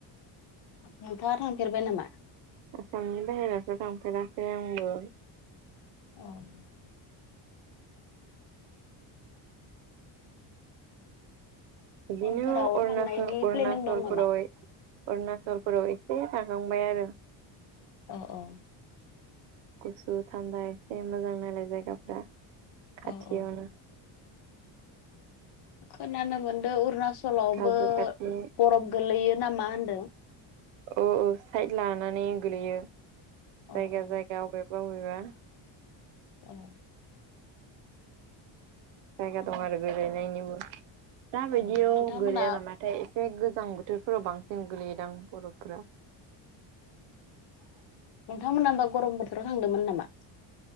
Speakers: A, on the left; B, on the right.
A: नोंथाङा थांफेरबाय नामा
B: आसामनि बाहेराफ्राव थांफेराखै आंबो
A: औ
B: बिदिनो
A: उनफोराव
B: अरुणाचल
A: थांनायनि
B: अरुणाचलफोरावहाय
A: प्लेनिं दं नामा?
B: अरुणाचलफोराव एसे थाखांबाय आरो
A: अ औ
B: गुसु थान्दा एसे मोजां नलाय जायगाफ्रा खाथियावनो
A: औ औ खोनानो मोनदों अरुनााचलावबो
B: हाजो खाथि
A: बरफ गोलैयो नामा होनदों
B: औ औ साइद लानानै गोलैयो जायगा
A: अ अ
B: जायगा अबे अबेबा
A: ओं
B: जायगा दं आरो गोलैनायनिबो दााबायदियाव
A: अ नोंथांमोना
B: गोलैया नामाथाय जेरै गोजां बोथोरफोराव बांसिन गोलैयोदां बरफफोरा
A: नोंथांमोना होमबा गरम बोथोराव थांदोंमोन नामा?